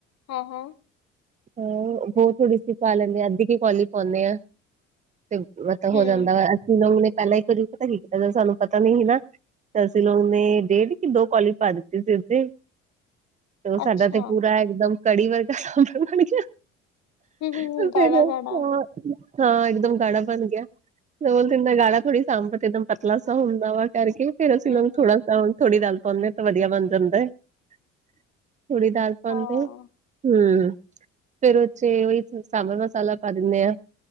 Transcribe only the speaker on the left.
ਆਹੋ।
ਹੂੰ
ਅੱਛਾ
ਹੂੰ ਹੂੰ
ਗਾੜਾ
ਗਾੜਾ
ਹੂੰ
ਹੂੰ
ਹਾਂ